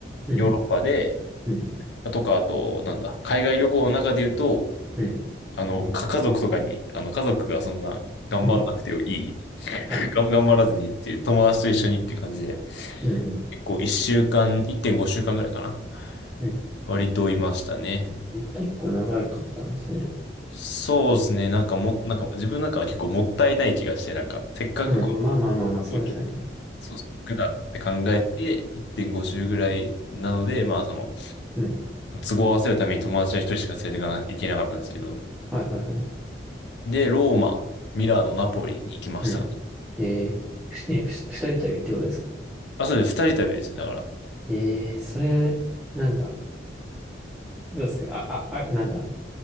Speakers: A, in the centre; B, on the left.
A: うん、
B: ヨーロッパで、
A: うん、
B: とか、あと、なんだ、海外旅行の中で言うと、
A: うん、
B: あの、か家族とかに、あの、家族がそんな頑張んなくていい、
A: うん。
B: <laughs>
A: はい。
B: がん頑張らずにっていう、友達と一緒にっていう感じで、
A: うん、うん、
B: 結構1週間、1.5週間ぐらいかな。
A: うん。
B: 割といましたね。
A: 結構長かったんですね。
B: そうですね。なんかも、なんか自分なんかは結構もったいない気がして、なんか、せっかくこ
A: うん、まあまあまあまあ、そうですね。
B: 飛行機で、そうそう、行くなって考えて、1.5周ぐらいなので、まあその、
A: うん。
B: 都合を合わせるために友達は一人しか連れていかな、い行けなかったんですけど。
A: はいはいはい。
B: で、ローマ、ミラノ、ナポリに行きましたかね。
A: うん。ええふえ、ふ、二人旅ってことですか
B: あ、そうです。二人旅ですね、だから。
A: ええそれ、なんか、どうですかあ、あ、あ、なんだ。